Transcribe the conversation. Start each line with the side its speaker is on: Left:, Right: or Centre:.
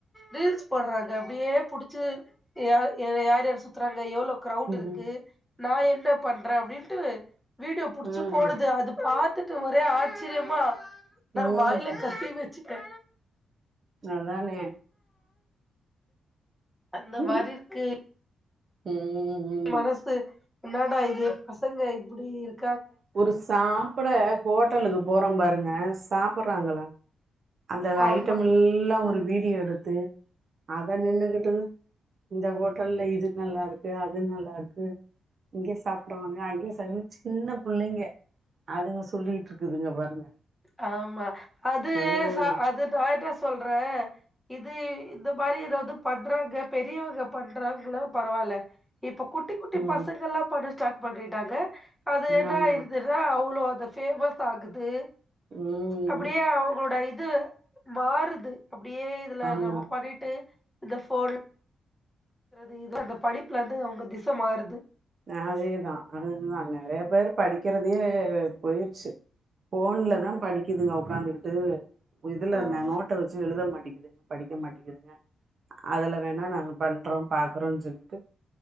Centre: ரீல்ஸ் போடுறாங்க அப்படியே புடிச்சு யா யார் யார் சுத்தர ங்க எவ்வளோ கிரௌடு
Right: ம்
Centre: இருக்கு நா என்ன பண்றே அப்படின்ட்டு.. வீடியோ புடிச்சு
Right: ம்
Centre: போடுது. அது பாத்து ட்டு ஒரே ஆச்சரியமா?
Right: ம்
Centre: நா வாயில கை வெச் ச் டே
Right: அதானே!
Centre: அந்த
Right: ம்
Centre: மாரி இருக்கு
Right: ம் உம் உம்
Centre: மனசு என்னடா இது பசங்க இப்புடி இருக்
Right: ஒரு சாப்ட ஹோட்டலுக்கு போறோ பாருங்க சாப்பட்றாங்களா அந்த
Centre: ஆமா
Right: ஐட்டம் எல்லா ஒரு வீ டியோ எடுத்து அத நின்னுகிட்டு இந்த ஹோட்டல்ல இது நல்லாருக்கு அது நல்லாருக்கு இங்கயே சாப்படவாங்க அங்கேயே <unintelligible> சின்ன புள்ளைங்க அதுங்க சொல்லிட்ருக்குதுங்க பாருங்க
Centre: ஆமா அது
Right: ம்
Centre: ச அது டாய்டாஸ் சொல்ற இது இந்த மாரி எதாவ்து பண்றாங்க பெரியவங்க பண்றாங்ன்னா பரவால்ல இப்ப குட்டி குட்டி பசங்க
Right: ம்
Centre: எல்லா பண்ண ஸ்டார்ட் பண்ணிட்டாங்க அது என்ன
Right: ஆமா
Centre: ஆயிருதுனா அவ்ளோ அ து ஃபேமஸ் ஆகுது
Right: ம்
Centre: அப்படியே அவங்ளோட இ து மாறுது அப்டியே இதுல <unintelligible>
Right: ஆமா
Centre: பாடிட்டு இந்த ஃபோன்ல் பண்றது இது <inaudible> அந்த படிப்புலருந்து அவங்க திச மாறுது
Right: அ அதே தா அது தா நெறைய பேரு படிக்கறதே போயிர்ச்சு ஃபோன்ல தா படி இதுங்க ஒக்காந்துகிட்டு உ இதுல
Centre: ஆமா
Right: ந நோட்ட வச்சு எழுத மாட் டிகுது படிக்க மாட்டிகுதுங்க அதுல வேணா நாங்க பண்றோ பாக்கறோ சொல்லிட்டு